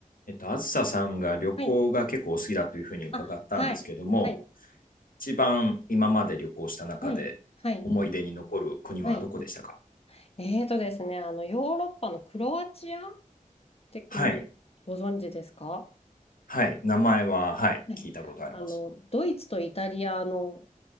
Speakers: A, on the left; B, on the left.
A: えっと、あずささんが旅行が結構お好きだというふうに伺ったんですけども、
B: はい。あ、はい。はい。
A: 一番今まで旅行した中で思い出に残る国はどこでしたか
B: はい。はい。はい。えーとですね、あの、ヨーロッパのクロアチアって国、
A: はい。
B: ご存知ですか
A: はい。名前は、はい。
B: はい。
A: 聞いたことあります。
B: あの、ドイツとイタリアの